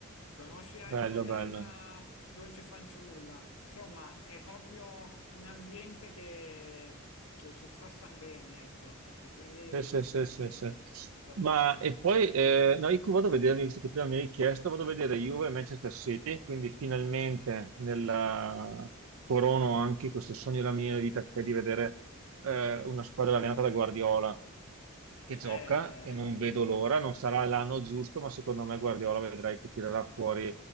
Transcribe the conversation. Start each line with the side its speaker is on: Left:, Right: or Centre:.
Left: Conosci anche
Right: bello,
Left: magari
Right: bello.
Left: una dolce fanciulla, insomma, è proprio un ambiente che, che- che ti fa star bene, ecco, e quindi
Right: Sì, sì,
Left: te lo
Right: sì,
Left: consiglio,
Right: sì, sì.
Left: davvero.
Right: Ma e poi eh, no, io vado a vedere, visto che prima mi hai chiesto, vado a vedere Juve e Manchester City, quindi finalmente nella- corono anche questo sogno della mia vita che è di vedere eh, una squadra allenata da Guardiola che gioca
Left: Eh,
Right: e non
Left: sì.
Right: vedo l'ora. Non sarà l'anno giusto, ma secondo me Guardiola vedrai che tirerà fuori,